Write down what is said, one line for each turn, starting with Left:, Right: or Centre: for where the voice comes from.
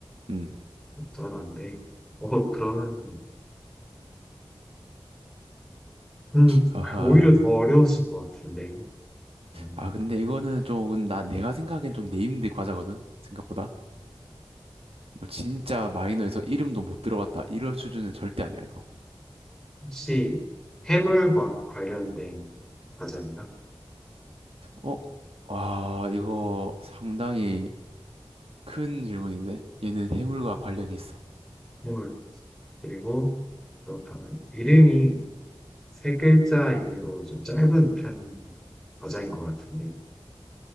Right: 음.
Centre: 적절한데, 어, 그러면, 음,
Right: 아하.
Centre: 오히려 더 어려우신 것 같은데, 음,
Right: 아, 근데 이거는 좀, 나, 내가 생각엔 좀 네임드 과자거든? 생각보다. 뭐 진짜 마이너에서 이름도 못 들어봤다. 이럴 수준은 절대 아니야, 이거.
Centre: 혹시 해물과 관련된 과자인가?
Right: 어? 아, 이거 상당히 큰 질문인데? 얘는 해물과 관련이 있어.
Centre: 해물. 그리고, 그렇다면 이름이 세 글자 이내로 좀 짧은 편 과자인 것 같은데,